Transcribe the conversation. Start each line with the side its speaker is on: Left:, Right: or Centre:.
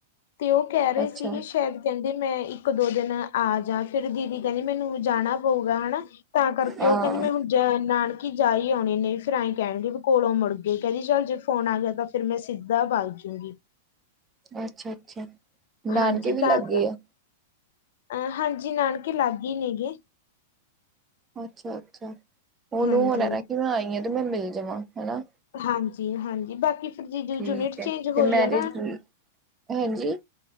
Left: ਤੇ ਉਹ ਕਹਿ ਰਹੇ
Right: ਅੱਛਾ
Left: ਸੀਗੇ ਸ਼ਾਇਦ ਕਹਿੰਦੀ ਮੈਂ ਇੱਕ ਦੋ ਦਿਨ ਆ ਜਾ ਫਿਰ ਦੀਦੀ ਕਹਿੰਦੀ ਮੈਨੂੰ ਜਾਣਾ ਪਊਗਾ ਹਨਾ। ਤਾਂ ਕਰਕੇ
Right: ਹਾਂ
Left: ਉਹ ਕਹਿੰਦੀ ਮੈਂ ਹੁਣ ਨਾਨਕੀ ਜਾ ਹੀ ਆਉਣੇ ਨੇ ਫੇਰ ਆਏ ਕਹਿਣਗੇ ਵੀ ਕੋਲੋਂ ਮੁੜ ਗਏ ਕਹਿੰਦੀ ਚੱਲ ਜੇ ਫੋਨ ਆ ਗਿਆ ਤਾਂ ਫਿਰ ਮੈਂ ਸਿੱਧਾ ਬਗ ਜੂਗੀ।
Right: ਅੱਛਾ ਅੱਛਾ ਨਾਨਕੇ
Left: ਹਾਂਜੀ
Right: ਵੀ
Left: ਤਾਂ
Right: ਲਾਗੇ
Left: ਕ-
Right: ਆ।
Left: ਅ ਹਾਂਜੀ ਨਾਨਕੇ ਲਾਗੇ ਨੇ ਗੇ।
Right: ਅੱਛਾ-ਅੱਛਾ ਉਹਨੂੰ
Left: ਹਾਂਜੀ
Right: ਹੋਣਾ ਕਿ ਮੈਂ ਆਈ ਆ ਤੇ ਮੈਂ ਮਿਲ ਜਾਵਾਂ ਹਨਾ।
Left: ਹਾਂਜੀ-ਹਾਂਜੀ ਬਾਕੀ ਜੀਜੂ ਦੀ
Right: ਠੀਕ
Left: ਯੂਨਿਟ
Right: ਹੈ
Left: ਚੇਂਜ
Right: ਤੇ
Left: ਹੋਈ
Right: ਮੈਰਿਜ
Left: ਆ ਨਾ।
Right: ਹਾਂਜੀ